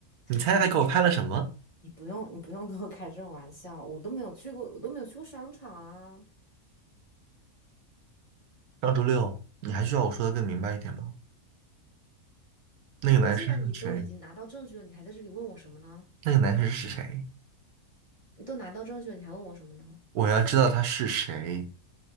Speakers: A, on the right; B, on the left.
A: 你猜她给我拍了什么？
B: 你你不用你不用跟我开这种玩笑，我都没有去过，我都没有去过商场啊。
A: 上周六，你还需要我说的更明白一点吗？那个男生是谁？
B: 那既然你都已经拿到证据了，你还在这里问我什么呢？
A: 那个男生是谁？
B: 你都拿到证据了，你还问我什么呢？
A: 我要知道他是谁。